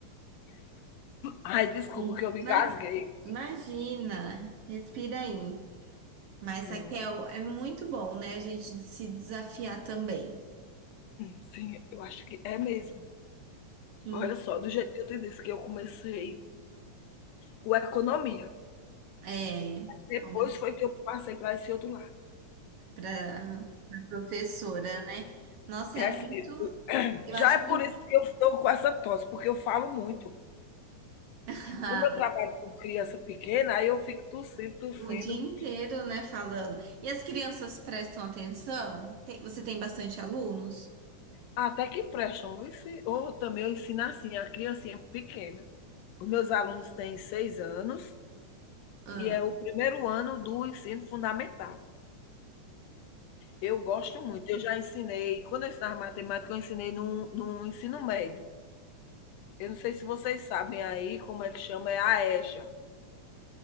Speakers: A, on the left; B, on the right.
A: Ai, desculpa
B: Ima-
A: que eu me engasguei.
B: Imagina, respira aí. Mas,
A: Sim,
B: Raquel, é muito bom, né? A gente se desafiar também.
A: sim, eu acho que é mesmo.
B: Hum.
A: Olha só, do jeito que eu te disse que eu comecei com economia,
B: É,
A: depois
B: como
A: foi que eu passei para esse outro lado.
B: para a professora, né? Nossa,
A: É
B: é muito.
A: assim,
B: Eu
A: já
B: acho
A: é por
B: muito.
A: isso que eu estou com essa tosse, porque eu falo muito.
B: <laughs>
A: Como eu trabalho com criança pequena, aí eu fico tossindo, tossindo,
B: O dia inteiro, né, falando. E as crianças prestam atenção? Tem- você tem bastante alunos?
A: até que prestam. Ou ensi- ou também eu ensino assim, a criancinha pequena. Os meus alunos têm seis anos
B: Ah,
A: e é o primeiro ano do ensino fundamental. Eu gosto muito, eu já ensinei quando eu ensinava matemática, eu ensinei num num ensino médio. Eu não sei se vocês sabem aí como é que chama, é a EJA.